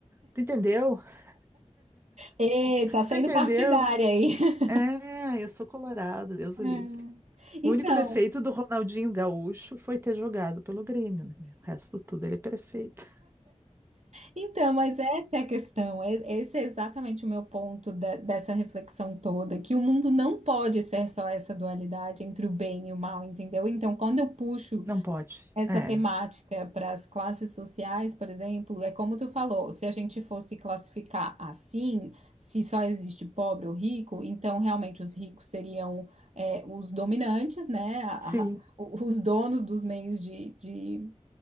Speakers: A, on the right; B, on the right.
A: tu entendeu? <laughs>
B: Ê, tá sendo
A: Tu entendeu?
B: partidária aí. <laughs>
A: É, eu sou colorado, Deus
B: É.
A: o livre.
B: Então,
A: O único defeito do Ronaldinho Gaúcho foi ter jogado pelo Grêmio, né? O resto tudo ele é perfeito.
B: então, mas essa é a questão. E- Esse é exatamente o meu ponto da- dessa reflexão toda, que o mundo não pode ser só essa dualidade entre o bem e o mal, entendeu? Então, quando eu puxo
A: Não pode.
B: essa
A: É.
B: temática para as classes sociais, por exemplo, é como tu falou, se a gente fosse classificar assim, se só existe pobre ou rico, então realmente os ricos seriam é, os dominantes, né? A-
A: Sim,
B: a- o- os donos dos meios de, de-